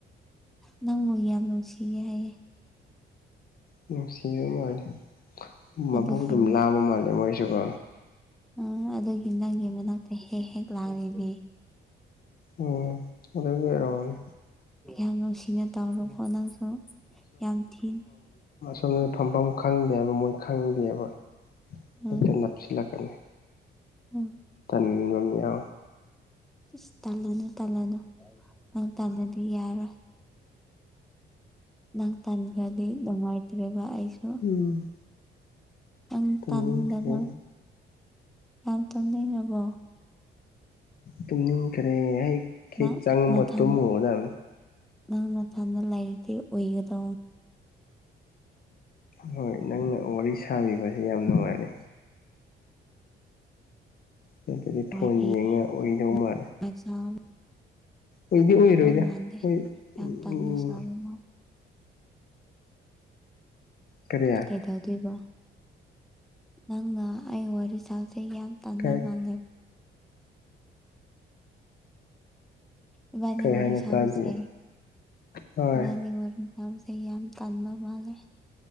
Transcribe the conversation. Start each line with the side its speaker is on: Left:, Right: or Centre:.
Centre: ꯅꯪꯕꯨ ꯌꯥꯝ ꯅꯨꯡꯁꯤꯌꯦ ꯍꯥꯏꯌꯦꯦ
Left: ꯅꯨꯡꯁꯤꯕ ꯃꯥꯜꯂꯦ ꯃꯕꯨ
Centre: ꯑꯗꯨꯒꯤ
Left: ꯑꯗꯨꯝ ꯂꯥꯝꯕ ꯃꯥꯜꯂꯦ ꯃꯣꯏꯁꯨꯀꯣ
Centre: ꯑ ꯑꯗꯨꯒꯤ ꯅꯪꯒꯤ ꯃꯅꯥꯛꯇ ꯍꯦꯛ ꯍꯦꯛ ꯂꯥꯛꯂꯤꯅꯦ
Left: ꯎꯝ ꯑꯣꯗꯒꯤ ꯑꯔꯥꯎꯅꯦ
Centre: ꯌꯥꯝꯍꯥꯛ ꯅꯨꯡꯁꯤꯅ ꯇꯧꯔꯣꯀꯣ ꯅꯪꯁꯨ ꯌꯥꯝ ꯊꯤ
Left: ꯁꯣꯝꯅꯗꯤ ꯐꯝꯐꯝ ꯈꯪꯗꯦ ꯍꯥꯏꯕ ꯃꯣꯏ ꯈꯪꯗꯦꯕ
Centre: ꯎꯝ
Left: ꯍꯦꯛꯇ ꯅꯞꯁꯤꯜꯂꯛꯀꯅꯤ
Centre: ꯎꯝ
Left: ꯎꯝ ꯉꯝ ꯌꯥ
Centre: ꯑꯁ ꯇꯜꯂꯅꯨ ꯇꯜꯂꯅꯨ ꯅꯪ ꯇꯜꯂꯗꯤ ꯌꯥꯔꯣꯏ ꯅꯪ ꯇꯥꯟꯈ꯭ꯔꯗꯤ ꯅꯨꯡꯉꯥꯏꯇ꯭ꯔꯦꯕ ꯑꯩꯁꯨ
Left: ꯎꯝ
Centre: ꯑ
Left: ꯇꯨꯝꯅꯤꯡꯈ꯭ꯔꯦ
Centre: ꯇꯥꯟꯗꯅ ꯌꯥ ꯇꯅ ꯅꯕꯣ
Left: ꯇꯨꯝꯅꯤꯡꯈ꯭ꯔꯦ ꯍꯦꯛ ꯍꯦꯛ
Centre: ꯅꯪ
Left: ꯆꯪꯕ
Centre: ꯅꯊꯟ
Left: ꯇꯨꯝꯃꯨꯗꯥꯝ
Centre: ꯅꯪ ꯃ ꯆꯥꯟꯗ ꯂꯥꯏꯔꯤꯇ ꯑꯣꯏꯒꯗ
Left: ꯍꯣꯏ ꯅꯪꯅ ꯋꯥꯔꯤ ꯁꯥꯕꯤꯕꯁꯦ ꯌꯥꯝ ꯅꯨꯡꯉꯥꯏꯔꯦ ꯅꯠꯇꯗꯤ ꯊꯣꯟ
Centre: ꯋꯥꯔꯤꯗꯤ
Left: ꯌꯦꯡꯉ ꯑꯣꯏꯗꯧ ꯃꯥꯅꯦ
Centre: ꯌꯥꯝ ꯁꯥꯕ
Left: ꯍꯣꯏꯗꯤ ꯍꯣꯏꯔꯣꯏꯗ
Centre: ꯃꯥꯟꯗꯦ
Left: ꯍꯣꯏ
Centre: ꯌꯥꯝ
Left: ꯎꯝ
Centre: ꯇꯟꯅ ꯁꯥꯕ ꯃꯥꯜꯂꯦ
Left: ꯀꯔꯤ
Centre: ꯀꯩꯗꯧꯗꯣꯏꯕ ꯅꯪꯅ ꯑꯩ ꯋꯥꯔꯤ ꯁꯥ ꯑꯒ ꯌꯥꯝ ꯇꯥꯟꯕ
Left: ꯀꯩ
Centre: ꯃꯥꯜꯂꯦꯕ ꯏꯕꯥꯅꯤ
Left: ꯀꯩ
Centre: ꯋꯥꯔꯤ
Left: ꯍꯥꯏꯅꯣ ꯇꯥꯗꯤꯌꯦ
Centre: ꯁꯝꯁꯦꯕꯥꯅꯤ
Left: ꯍꯣꯏ
Centre: ꯋꯥ ꯉꯁꯦ ꯌꯥꯝ ꯇꯟꯕ ꯃꯥꯜꯂꯦ